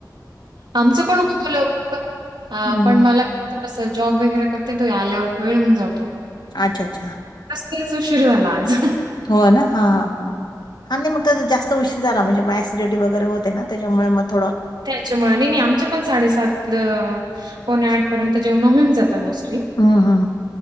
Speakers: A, on the right (about 85°); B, on the left (about 75°).
A: आमचं पण होतं लवकर हा
B: हं
A: पण मला, थोडस जॉब वगैरे करते तो आल्यावर वेळ होऊन जातो.
B: अच्छा अच्छा
A: मस्तेच उशीर झाला आज,
B: हो ना हा हा हा आणि नाही मग त्या जास्त उशीरी झाला म्हणजे मग असिडिटी वगैरे होते ना त्याच्यामुळे मग थोडं.
A: त्याच्यामुळे नाही नाही आमच्या पण साडेसात ल पणे आठ पर्यंत जेवण होऊन जात. मोस्टली
B: हं हं